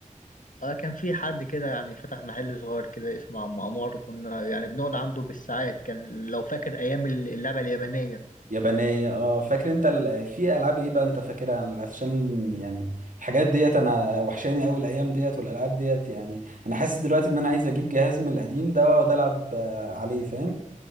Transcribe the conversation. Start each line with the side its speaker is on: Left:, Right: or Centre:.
Left: آه كان في حد كده يعني فتح محل صغير كده اسمه عم انور كنا يعني بنقعد عنده بالساعات كان لو فاكر ايام اللعبه اليابانيه
Right: يابانية اه فاكر انت ال... في العاب ايه بقى انت فاكرها عشان يعني الحاجات ديت انا وحشاني قوي الايام ديت والالعاب ديت يعني انا حاسس دلوقتي ان انا عايز اجيب جهاز من القديم ده واقعد العب آه، عليه فاهم